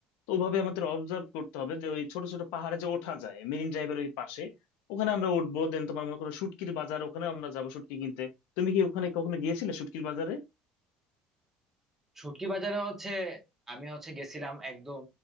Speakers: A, on the left (about 80°); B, on the right (about 15°).
A: তো ওভাবে আমাদের অবজার্ভ করতে হবে যে ওই ছোট ছোট পাহাড়ে যে ওঠা যায় মেরিন ড্রাইভের ওই পাশে ওখানে আমরা উঠবো দেন তোমার মনে করো শুটকির বাজার ওখানে আমরা যাবো শুটকি কিনতে তুমি কি ওখানে কখনো গিয়েছিলে শুটকির বাজারে
B: শুটকি বাজারে হচ্ছে আমি হচ্ছে গেছিলাম একদম